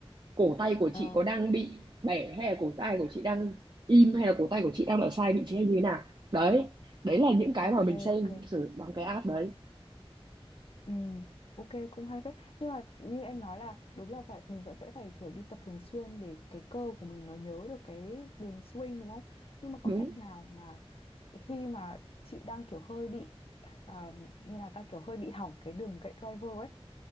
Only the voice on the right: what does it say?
cổ tay của chị
có đang bị bẻ hay là cổ tay của chị đang im hay là cổ tay của chị đang ở sai vị trí hay như thế nào đấy đấy là những cái
mà mình xem
thử bằng cái app đấy
đúng